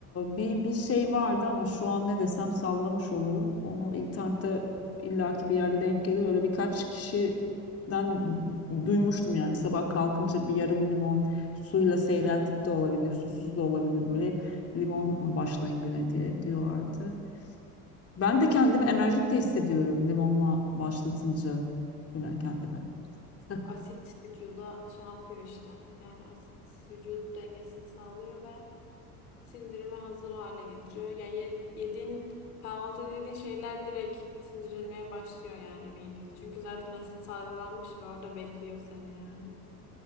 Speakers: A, on the left (about 30°); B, on the left (about 65°).
A: bir bir şey vardı ama şu an ne desem sallamış olurum. Onu internette illaki bir yerde denk gelir. Öyle birkaç kişiden duymuştum yani sabah kalkınca bir yarım limon suyla seyreltip de olabilir, susuz da olabilir böyle limonla başlayın güne diye diyorlardı. Ben de kendimi enerjik de hissediyorum limonla başlatınca güne kendime. <laughs>
B: Asit vücuda şey yapıyor işte. Yani asit vücut dengesini sağlıyor ve sindirime hazır hale getiriyor. Yani ye- yediğin kahvaltı dediğin şeyler direkt sindirilmeye başlıyor yani midede. Çünkü zaten asit salgılanmış ve orada bekliyor seni yani.